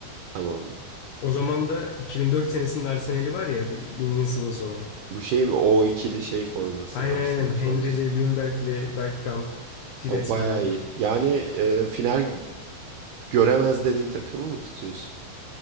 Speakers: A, on the right; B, on the left.
A: Tamam.
B: O zaman da 2004 senesinin Arsenal'i var ya The Invincibles olan.
A: Bu şey mi? O ikili şey forması.
B: Aynen
A: Arsenal
B: aynen.
A: forması.
B: Henry'li, Ljungberg'li, Bergkamp, Pires
A: O bayağı
B: falan. o
A: iyi.
B: kadar.
A: Yani e, final göremez dediğin takımı mı tutuyorsun?